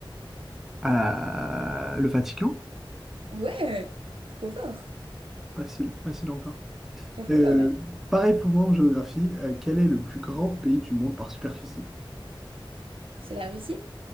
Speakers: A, in the centre; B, on the right (about 85°).
A: Euh, le Vatican?
B: Ouais, trop fort.
A: Facile, facile encore.
B: Franchement,
A: Euh,
B: pas mal.
A: pareil pour moi en géographie, euh, quel est le plus grand pays du monde par superficie?
B: C'est la Russie?